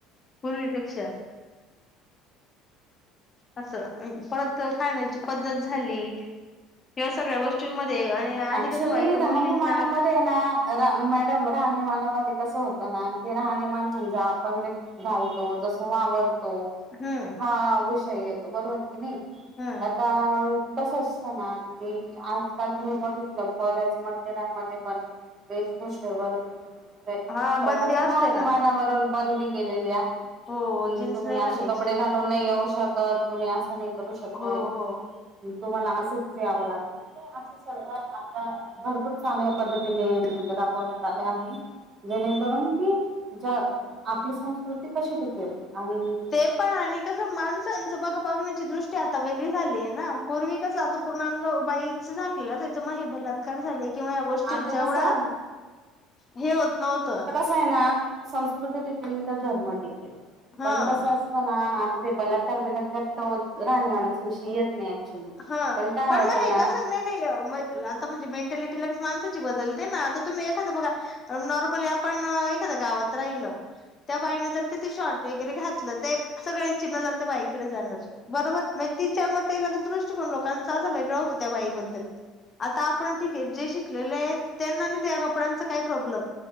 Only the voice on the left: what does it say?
पूर्वीपेक्षा. असं, परत खाण्याची पद्धत झाली या सगळ्या गोष्टींमध्ये आणि आधी
कसं बायका मुलींना
हम्म.
हम्म
हा
बंदी असते
ना
हो
जीन्स
नाही
घालायची
हो हो
ते पण आणि कसं माणसांचं बघ बघण्याची दृष्टी आता वेगळी झाली आहे ना पूर्वी कसं आता पूर्णांग बाईच झाकलेलं असायचं मग हे बलात्कार झाले किंवा या गोष्टींचा
एवढा
हे होत नव्हतं.
हा
हा
मग हे
कसं नाही नाही आता म्हणजे मेंटॅलिटी लगेच माणसाची बदलते ना आता तुम्ही एखादं बघा नॉर्मली आपण एखाद्या गावात राहिल. त्या बाईनें जर तिथे शॉर्ट वगैरे घातलं तर सगळ्यांचि नजर त्या बाईकडे जाणार. बरोबर म तिच्या मते लगे दृ दृष्टिकोन लोकांचा असा वेगळा होतो त्या बाई बद्दल. आता आपण ठीक आहे जे शिक लेले आहे त्यांना नाही त्या कपड्यांचा काही प्रॉब्लेम.